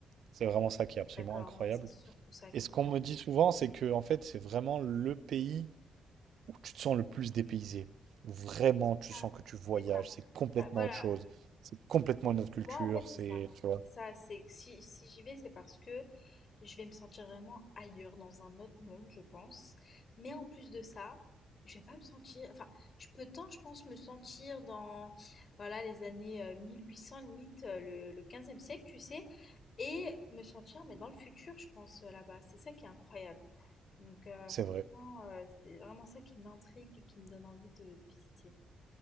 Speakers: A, on the right; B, on the left.
A: C'est vraiment ça qui est absolument
B: d'accord.
A: incroyable.
B: Moi, c'est surtout ça qui
A: Et ce
B: me
A: qu'on
B: demande.
A: me dit souvent, c'est que en fait, c'est vraiment le pays où tu te sens le plus dépaysé. Où Vraiment, tu
B: Ah,
A: sens que tu voyages,
B: c'est ça.
A: c'est complètement
B: Ah, Voilà,
A: autre chose. C'est complètement une autre culture,
B: Moi, en fait, c'est
A: c'est,
B: ça.
A: tu vois,
B: C'est ça, c'est si, si j'y vais, c'est parce que je vais me sentir vraiment ailleurs, dans un autre monde, je pense. Mais en plus de ça, je vais pas me sentir. Enfin, je peux tant, je pense, me sentir dans voilà, les années euh, 1800, limite euh, le, le 15 siècle, tu sais, et me sentir, mais dans le futur, je pense, euh, là-bas. C'est ça qui est incroyable. Donc, euh,
A: c'est
B: franchement,
A: vrai.
B: euh, c'est vraiment ça qui m'intrigue et qui me donne envie de, de visiter.